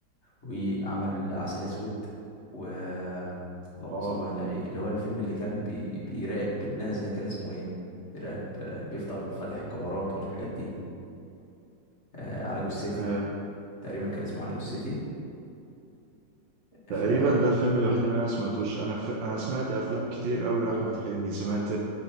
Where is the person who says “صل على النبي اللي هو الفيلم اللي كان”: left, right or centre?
Left